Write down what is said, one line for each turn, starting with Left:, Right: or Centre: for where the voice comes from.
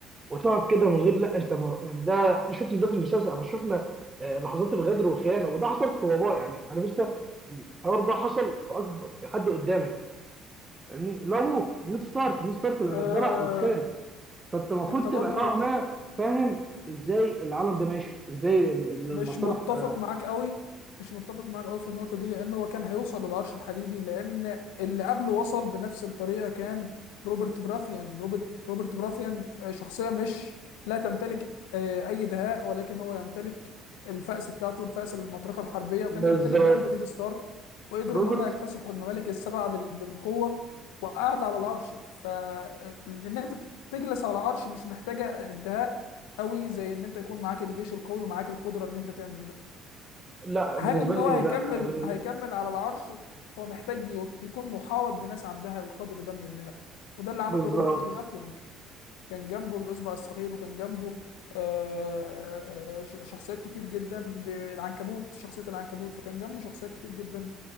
Right: وتقعد كده من غير لا انت ما ده احنا شفنا ده في المسلسل احنا شفنا آه، لحظات الغدر والخيانه وده حصلت في وباء يعني عرفت الحوار ده حصل في اكبر في حد قدامك فاهمني لا ووك نيد ستارك نيد ستارك لما
Left: آه،
Right: اتذبح واتخان فانت المفروض
Left: أنت
Right: تبقى
Left: برضو
Right: نوعا ما فاهم ازاي العالم ده ماشي ازاي ال- ال-
Left: مش
Right: المصالح
Left: متفق
Right: آه،
Left: معاك قوي مش متفق معاك قوي في النقطة دي لأن هو كان هيوصل للعرش الحديدي لأن اللي قبله وصل بنفس الطريقة كان روبرت براثيان روبرت روبرت براثيان آه، شخصية مش لا تمتلك آه، أي دهاء ولكن هو يمتلك الفأس بتاعته الفأس المطرقة الحربية وكان
Right: بالظبط
Left: يمتلك جنبه نيد ستارك وقدروا
Right: روبرت
Left: إن هم يكتسحوا الممالك السبعة بال- بالقوة وقعد على العرش فإن أنت تجلس على عرش مش محتاجة الدهاء قوي زي ان انت يكون معاك الجيش القوي ومعاك القدره ان انت تعمل ده
Right: لا بالنسبه
Left: هل ان
Right: لي
Left: هو هيكمل
Right: لا آه، بالنسبة-
Left: هيكمل على العرش هو محتاج يض- يكون محاوط بناس عندها القدر ده من الدهاء وده اللي عمله
Right: بالظبط
Left: روبرت براثيان كان جنبه الاصبع الصغير وكان جنبه آه، آه، ش- شخصيات كتير جدا ب- العنكبوت شخصيه العنكبوت فكان جنبه شخصيات كتير جدا